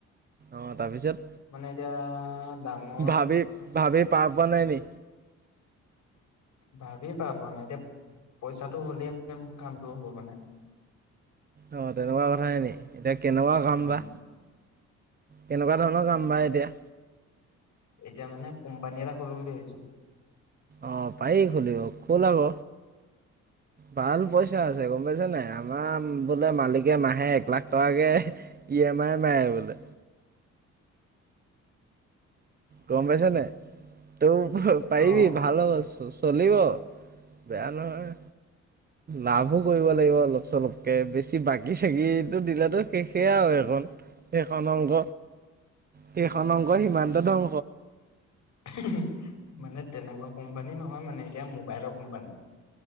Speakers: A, on the right (about 30°); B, on the left (about 65°).
A: অ তাৰপিছত
B: মানে এতিয়া ডাঙৰ
A: ভাবি ভাবি পাৰ পোৱা নাই নি।
B: ভাবি পাৰ পোৱা নাই এতিয়া। পইচাটো হ'লে মানে মোৰ কামটো হ'ব মানে।
A: অ তেনেকোৱা কথাহে নি এতিয়া কেনেকোৱা কাম
B: উম
A: বা। কেনেকোৱা ধৰণৰ কাম বা এতিয়া।
B: এতিয়া মানে কোম্পানী এটা খোলো বুলি ভাবিছো।
A: অ পাৰি খুলিব খুল আক।
B: <unintelligible>
A: ভাল পইচা আছে গম পাইছ নাই আমাৰ বোলে মালিকে মাহে এক লাখ টকাকে দিয় মায়ে মাৱে বোলে। গম পাইছ নে তই পাৰিবি
B: অ
A: ভাল হ'ব চলিব। বেয়া নহয়। লাভো কৰিব লাগিব অলপ চলপকে বেছি বাকি চাকীতো দিলেতো শেষে আও সেখন সেইখন অংক সেইখন অংক সিমানতে ধ্বং
B: <inaudible> মানে তেনেকোৱা কোম্পানী নহয় মানে এতিয়া মোবাইলৰ কোম্পানী।